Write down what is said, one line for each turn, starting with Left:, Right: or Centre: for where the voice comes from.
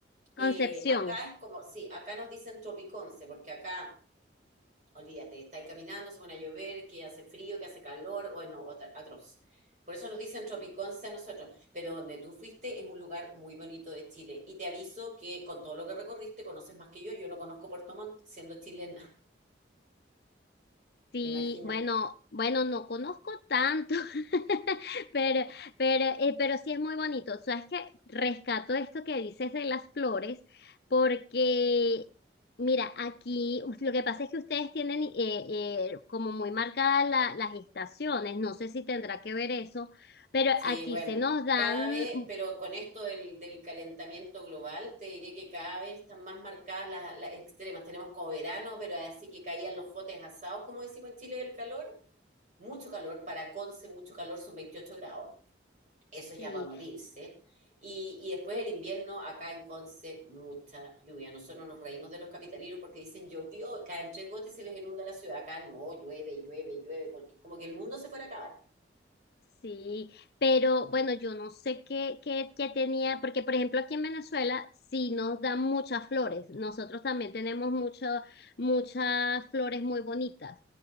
Right: Eh,
Left: Concepción.
Right: acá es como, sí, acá nos dicen Tropiconce, porque acá olvídate, estáis caminando, se pone a llover, que hace frío, que hace calor, bueno, atroz. Por eso nos dicen Tropiconce a nosotros, pero donde tú fuiste es un lugar muy bonito de Chile. Y te aviso que con todo lo que recorriste conoces más que yo, yo no conozco Puerto Montt siendo chilena,
Left: Sí,
Right: <laughs> imagínate.
Left: bueno, bueno, no conozco tanto, <laughs> pero, pero, eh, pero sí es muy bonito. Sabes que rescato esto que dices de las flores, porque, mira, aquí uf, lo que pasa es que ustedes tienen eh, eh, como muy marcadas la- las estaciones, no sé si tendrá que ver eso, pero
Right: Sí,
Left: aquí
Right: bueno,
Left: se nos dan,
Right: cada vez, pero con esto del, del calentamiento global, te diré que cada vez están más marcadas las, las extremas. Tenemos como verano, pero así que caían los jotes asados, como decimos en Chile, del calor. mucho calor, para Conce mucho calor, son 28 grados, eso ya
Left: sí,
Right: va a morirse. Y, y después el invierno, acá en Conce, mucha lluvia. Nosotros nos reímos de los capitalinos porque dicen llovió, caen tres gotas y se les inunda la ciudad. Acá no, llueve, llueve, llueve, cualquier- como que el mundo se fuera a acabar.
Left: Sí, pero bueno, yo no sé qué, qué, qué tenía, porque por ejemplo aquí en Venezuela sí nos dan muchas flores, nosotros también tenemos mucho- muchas flores muy bonitas,